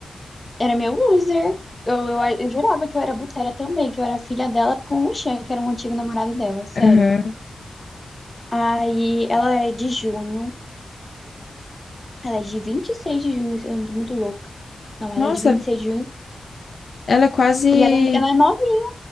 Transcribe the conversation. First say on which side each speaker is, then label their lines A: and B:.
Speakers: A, on the left; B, on the left.
A: Era meu user. Eu, eu, eu jurava que eu era Butera também, que eu era filha dela com o Xan, que era um antigo namorado dela, sério.
B: Aham.
A: Aí ela é de junho. Ela é de 26 de junho, eu não tô muito louca. Não, ela
B: Nossa,
A: é de 26 de junho.
B: ela é quase.
A: E ela, é, ela é novinha.